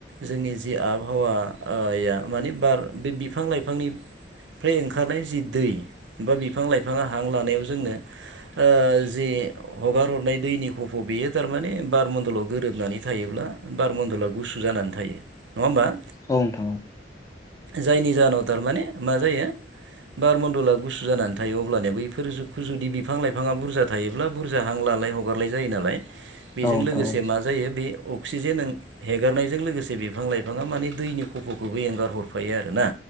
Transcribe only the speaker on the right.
जोंनि जि आबहावा ओ माने बार बे बिफां लाइफांनि। फ्राय ओंखारनाय जि दै बा बिफां लाइफाङा हां लानायाव जोंनो। हगार हरनाय दैनि खफ' बेयो थारमाने बारमन्दलाव गोरोबनानै थायोब्ला बार मन्दला गुसु जानानै थायो नङा होमबा।
जायनि जाहोनाव थारमाने मा जायो। बार मन्डला गुसु जानानै थायो अब्लानो बैफोर जुगखौ जुदि बिफां लाइफाङा बुरजा। थायोब्ला बुरजा हां लालाय हगारलाय जायो नालाय
बेजों
लोगोसे। बे मा
जायो बे अक्सिजेन ओं। हेगारनायजों लोगोसे बिफां लाइफाङा माने दैनि खफ'खौबो एंगार हरफायो आरोना।